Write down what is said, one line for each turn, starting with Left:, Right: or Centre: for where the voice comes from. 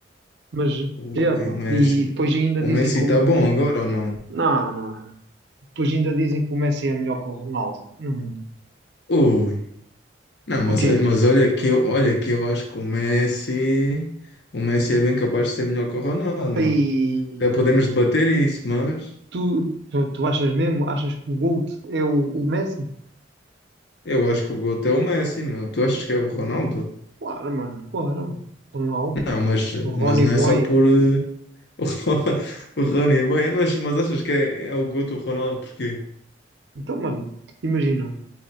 Right: Mas,
Left: Ui,
Right: é, pá.
Left: o Messi.
Right: E depois ainda
Left: O
Right: dizem
Left: Messi
Right: como.
Left: está bom agora ou não?
Right: Não, não, não. Depois ainda dizem que o Messi é melhor que o Ronaldo. Não.
Left: Ui. Não, mas,
Right: O quê?
Left: olha- mas olha que eu, olha que eu acho que o Messi, o Messi é bem capaz de ser melhor que o Ronaldo, não.
Right: Aí,
Left: É, podemos debater isso, mas
Right: tu, tu, tu achas mesmo? Achas que o GOAT é o, o Messi?
Left: eu acho que o GOAT é o Messi, meu. Tu achas que é o Ronaldo?
Right: Claro, mano, claro. Ronaldo,
Left: Não, mas,
Right: Ronnie
Left: mas não
Right: Boy.
Left: é só por eh, <laughs> o, Rony, mas, mas achas que é, é o Guto o Ronaldo porquê?
Right: Então, mano, imagina,